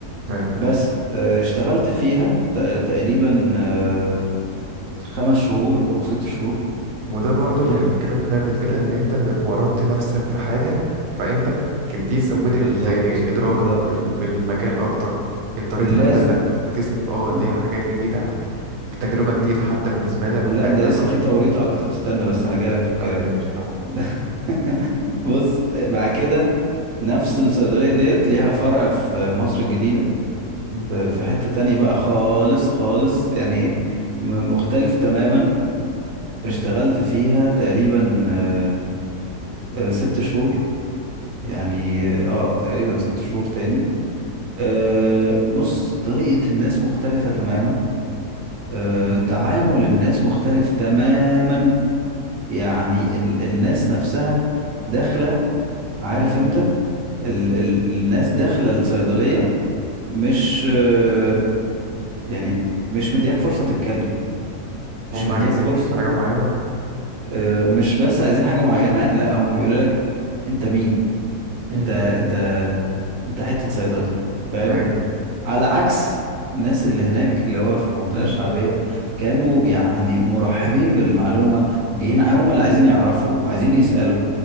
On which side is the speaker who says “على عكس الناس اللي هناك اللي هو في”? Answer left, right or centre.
Right